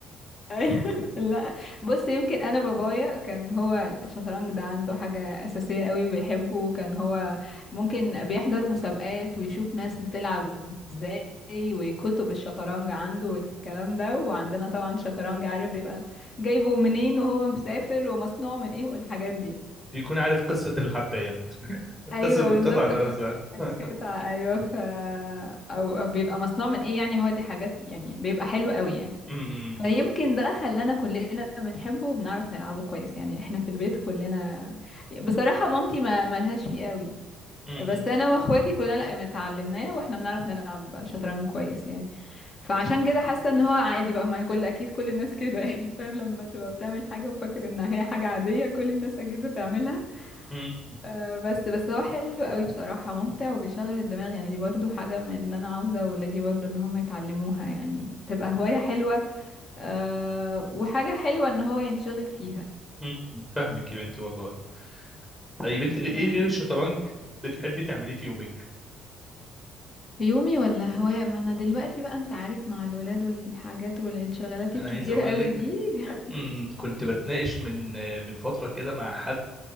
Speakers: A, on the left; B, on the left.
A: أيوة. <laughs> لا بص يمكن انا بابايا كان هو الشطرنج ده عنده حاجه اساسيه قوي بيحبه وكان هو ممكن بيحضر مسابقات ويشوف ناس بتلعب ازاي وكتب الشطرنج عنده والكلام ده وعندنا طبعا شطرنج عارف بيبقى جايبه منين وهو مسافر ومصنوع من ايه والحاجات دي
B: بيكون عارف قصه الحبايه
A: ايوه
B: قصه القطع
A: بالظبط
B: نفسها
A: ف... القطعة
B: <laughs>
A: ايوه ف أو... او بيبقى مصنوع من ايه يعني هو دي حاجات يعني بيبقى حلو قوي يعني
B: م- م-
A: فيمكن ده خلانا كلنا بنحبه وبنعرف نلعبه كويس يعني احنا في البيت كلنا بصراحة مامتي ما ملهاش فيه قوي
B: م- م-
A: بس انا واخواتي كلنا لا اتعلمناه واحنا بنعرف نلعب شطرنج كويس يعني فعشان كده حاسة ان هو عادي بقى ما هي كل اكيد كل الناس كده يعني <laughs> فاهم لما تبقى بتعمل حاجة وفاكر انها هي حاجة عادية كل الناس اكيد بتعملها
B: م-
A: آه، بس بس هو حلو قوي بصراحة ممتع وبيشغل الدماغ يعني دي برضو حاجة من اللي أنا عاوزة ولادي برضو إن هم يتعلموها يعني تبقى هواية حلوة أه وحاجة حلوة إن هو ينشغل فيها
B: م- م- فاهمك يا بنتي والله طيب انت غي-
A: أه
B: ايه غير الشطرنج بتحبي تعمليه في يومك
A: في يومي ولا هواية ما أنا دلوقتي بقى أنت عارف مع الولاد والحاجات والانشغالات
B: انا
A: الكتيرة
B: عايز اقول
A: قوي
B: لك
A: دي <laughs>
B: امم، كنت بتناقش من من فتره كده مع حد